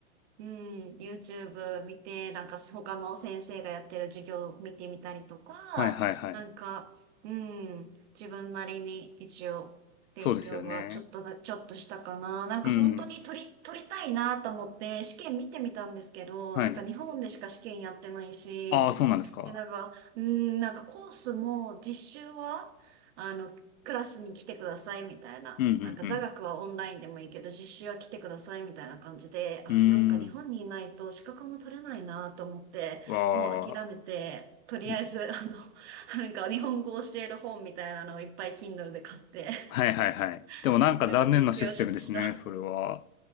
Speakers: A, on the right; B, on the left.
A: うん、YouTube 見て、なんか他の先生がやってる授業を見てみたりとか、
B: はいはいはい。
A: なんか、うん、自分なりに一応勉強はちょっとだ、
B: そうですよね。
A: ちょっとしたかな。なんか本当に取り、
B: うん。
A: 取りたいなと思って試験見てみたんですけど、
B: はい。
A: なんか日本でしか試験やってないし、
B: ああ、そうなんですか。
A: で、なんか、うーん、なんかコースも実習は、あの、クラスに来てくださいみたいな。
B: うんうん
A: なんか座学はオンラインでもいいけど、実習は来てくださいみたいな感じで、あー、
B: うん。
A: なんか日本にいないと資格も取れないなと思って、
B: うーん。わあ。
A: もう諦めて、とりあえず、
B: うん
A: あの、<laughs> なんか日本語を教える本みたいなのをいっぱい Kindle で買って、
B: はいはいはい。
A: <laughs>
B: でもなんか残念なシステムですね、
A: なんか勉強しました。
B: それは。